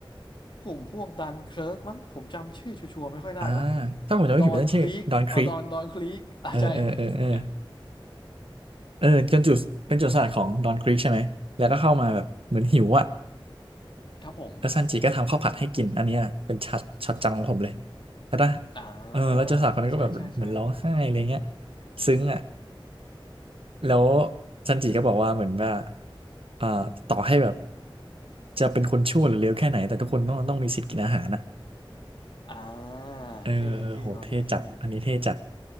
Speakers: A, on the left; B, on the right.
A: กลุ่มพวกดันเคิร์กมั้งผมจำชื่อชัวร์ๆไม่ค่อยได้นะ
B: อ่าถ้าผมจำไม่ผิดนั่นชื่อดอนครีก
A: ดอนคลีกเอาดอนดอนคลีกอ่าใช่
B: เออเออเออเออ
A: เอ๊ะ
B: เออจนจุดเป็นโจรสลัดของดอนครีกใช่ไหมแล้วก็เข้ามาแบบเหมือนหิวอ่ะ
A: ครับผม
B: แล้วซันจีก็ทำข้าวผัดให้กิน อันเนี้ยเป็นช็อตช็อตจำของผมเลยแล้วนะ
A: อ่า
B: เออแล้วเจ้าสาวคนนั้นก็แบบเหมือนร้องไห้อะไรเงี้ย
A: ใช่ใช่ใช่
B: ซึ้งอ่ะแล้วซันจิก็บอกว่าเหมือนว่าอ่าต่อให้แบบจะเป็นคนชั่วหรือเลวแค่ไหนแต่ทุกคนต้องต้องมีสิทธิ์กินอาหารนะ
A: อ่า
B: เออเออโหเท่จัดอันนี้เท่จัด
A: เท่เท่ตอนนี้เท่